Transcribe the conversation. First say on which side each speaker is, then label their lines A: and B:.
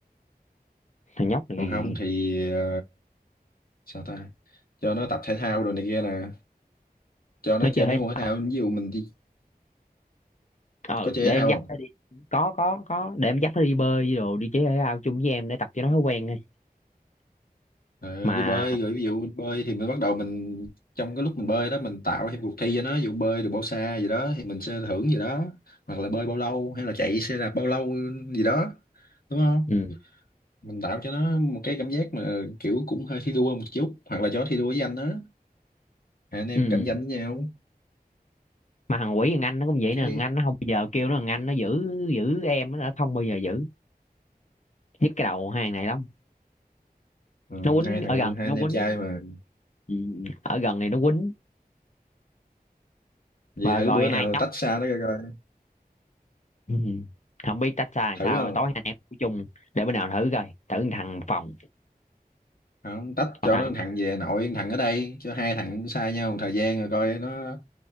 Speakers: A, on the left; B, on the left.
A: thằng nhóc này
B: còn không thì ờ, sao ta cho nó tập thể thao rồi này kia nè cho nó
A: nó
B: chơi
A: chơi thể
B: mấy môn
A: thao
B: thể thao ví dụ mình đi
A: ờ
B: có chơi
A: để
B: thể
A: em
B: thao
A: dắt
B: không
A: nó đi có có có để em dắt nó đi bơi đi đồ đi chơi thể thao chung với em để tập cho nó thói quen thôi
B: Ờ,
A: mà
B: đi bơi rồi ví dụ mình bơi thì mình bắt đầu mình trong cái lúc mình bơi đó mình tạo thêm cuộc thi cho nó ví dụ bơi được bao xa gì đó thì mình sẽ thưởng gì đó hoặc là bơi bao lâu hay là chạy xe đạp bao lâu gì đó đúng không
A: ừ,
B: mình tạo cho nó một cái cảm giác mà kiểu cũng hơi thi đua một chút hoặc là cho nó thi đua với anh đó hai anh em
A: ừ.
B: cạnh tranh với nhau
A: mà thằng quỷ thằng anh nó cũng vậy
B: cái
A: nè thằng anh nó không bao giờ kêu nó thằng anh nó giữ giữ em nó đã không bao giờ giữ nhức cái đầu hai thằng này lắm
B: ừ,
A: nó quýnh
B: hai
A: ở
B: thằng
A: gần
B: anh hai
A: nó
B: anh em
A: quýnh
B: trai mà
A: ừ. ở gần này nó quýnh
B: vậy
A: mà
B: thử
A: rồi
B: bữa
A: hai
B: nào
A: nhóc
B: tách xa nó coi coi
A: ừ. không biết tách ra làm
B: thử
A: sao
B: không
A: tối hai anh em ngủ chung để bữa nào thử coi thử thằng phòng
B: không tách
A: Còn
B: cho
A: thằng
B: nó thằng về nội thằng ở đây cho hai thằng xa nhau một thời gian rồi coi nó